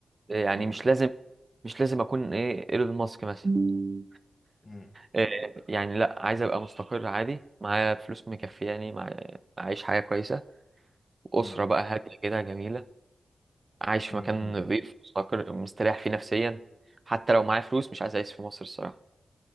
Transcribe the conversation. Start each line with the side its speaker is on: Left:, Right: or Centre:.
Right: آه، يعني
Left: ايوه
Right: مش
Left: ايوه
Right: لازم مش لازم اكون ايه ايلون ماسك مثلا <laughs>
Left: امم
Right: آه، يعني لا عايز ابقى مستقر عادي معايا فلوس مكفياني مع- اعيش حياة كويسة أسرة
Left: امم
Right: بقى هادية كده جميلة عايش في
Left: امم
Right: مكان
Left: امم
Right: نظيف مستقر مستريح فيه نفسيا حتى لو معايا فلوس مش عايز أعيش في مصر الصراحة